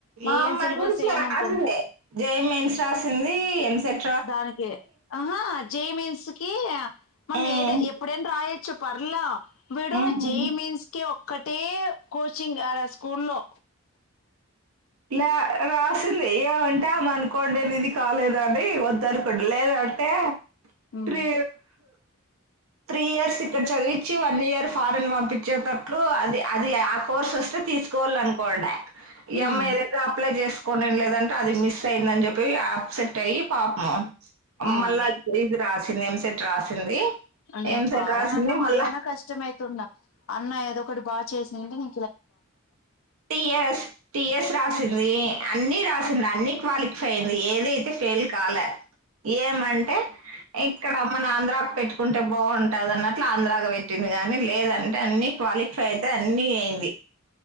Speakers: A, on the right; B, on the left.
A: మా
B: ఏం
A: అమ్మయి
B: సిలబస్
A: కుడించి
B: ఏముంటుంది
A: రాసింది జె ఈ మైన్స్ రాసింది ఎంసెంట్
B: దానికి ఆహా జె ఈ మైన్స్ కి మనం
A: ఉమ్
B: ఏద ఎప్పుడైనా రాయొచ్చు పర్లా వీడు
A: ఉమ్
B: జె ఈ మైన్స్ కి ఒక్కటి టి కోచింగ్ యడ స్కూల్ లో
A: లే రాసింది ఏమంటే అనుకోండేది ఇది కాలేదండి వద్దనుకుంన లేదంటే
B: ఉమ్
A: ట్రీ త్రీ ఇయర్స్ ఇక్కడ చదివించి వన్ ఇయర్ ఫారెన్ పంపించేటట్టు అది అది ఆ కోర్స్ వస్తే తీసుకోవాల అనుకోండే
B: ఉమ్
A: ఆమె ఎందేత అప్లైచెస్ కొనిం లేదంటే అది మిస్ అయిందని చెప్పి అప్సెట్ అయ్యి పాపము అమల్ల
B: ఆ
A: ఇది రాశి తిను ఎం సెట్ రాసింది
B: నేను
A: ఎంసెట్
B: ఫారాన్
A: రాసింది
B: అన్నా
A: మళ్ళా
B: మళ్ళఅయినా కష్టం ఐతున్న అన్న ఏదో ఇప్పుడు బా చేసినంటే ని
A: టి యస్ టి యస్ రాసిం వె అన్ని రాసింది అన్ని క్వాలిఫై అయింది ఏదైతే ఫెయిల్ కాలె ఏమంటే ఎక్కడ మన ఆంధ్ర పెట్టుకుంటే బాగుంటది అన్నట్లు ఆంధ్రాగా పెట్టింది గాని లేదంటే అన్ని క్వాలిఫై అయితే అన్ని అయింది